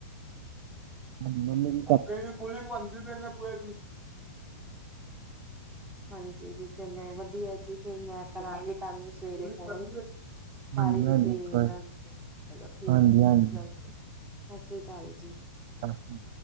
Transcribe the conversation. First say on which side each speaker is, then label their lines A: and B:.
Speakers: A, on the right (about 35°); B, in the centre.
A: ਹਾਂਜੀ, ਮੰਮੀ ਜੀ
B: ਅੱਗੇ ਵੀ ਕੁਲੀਗ ਬਣਦੀ, ਪਹਿਲੇ ਪੂਰੇ ਦੀ
A: <inaudible>
B: ਹਾਂਜੀ ਜੀ ਚਲੇ, ਵਧੀਆ ਜੀ ਫੇਰ ਮੈਂ ਕਰਾਂਗੀ ਤਾਨੂੰ ਸਵੇਰੇ ਫੋਨ ਸਾਰੀ
A: ਹਾਂਜੀ
B: ਡਿਟੇਲ
A: ਹਾਂਜੀ ਕੋਈ-
B: ਅ <unintelligible> ਚਲੋ ਠੀਕ
A: ਹਾਂਜੀ
B: ਐ ਜੀ,
A: ਹਾਂਜੀ
B: ਸਸ੍ਰੀ ਅਕਾਲ ਜੀ
A: ਹਾਂਜੀ